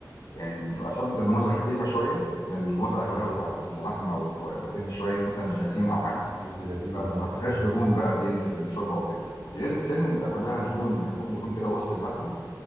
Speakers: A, on the left; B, on the right.
A: يعني بتبقى شوربه الموزه خفيفه شويه لان الموزه اغلبها
B: بالظبط
A: هي لحمه و- وفيها شويه مثلا جيلاتين او حاجه
B: الجيلاتين
A: فما
B: بالظبط
A: فيهاش
B: اه
A: دهون بقى بينزل في الشوربه وكده غير السن بيبقى كلها دهون عروق دهون كده وسط اللحمه